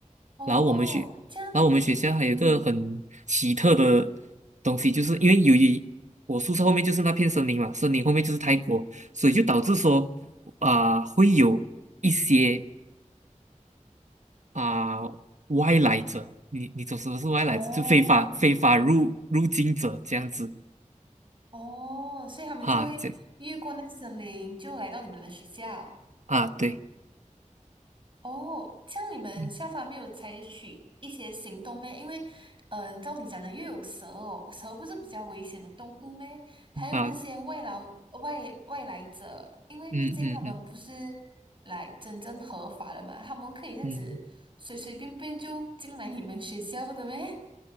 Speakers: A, on the right (about 40°); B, on the right (about 65°).
A: 哦，
B: 然后我们去，
A: 这样，
B: 然后我们学校还有一个很奇特的
A: 嗯，
B: 东西，就是因为由于我宿舍后面就是那片森林嘛，森林后面就是泰国，所以就导致说啊、会有一些啊、外来者，你你懂什么是外来者？
A: 哦
B: 就非法非法入入境者这样子
A: 哦，所以他们就会越过那森林，
B: 哈，这样
A: 就来到你们的学校。
B: 啊对，
A: 哦，像你们校方没有采取一些行动咩？
B: 嗯
A: 因为，嗯、照你讲的，又有蛇哦，蛇不是比较危险的动物咩？还有那些外劳、
B: 啊
A: 外外来者，因为毕竟他们不是来真正合法的嘛，
B: 嗯嗯嗯
A: 他们可以这样子随随便便就进来你们学校的咩？
B: 嗯。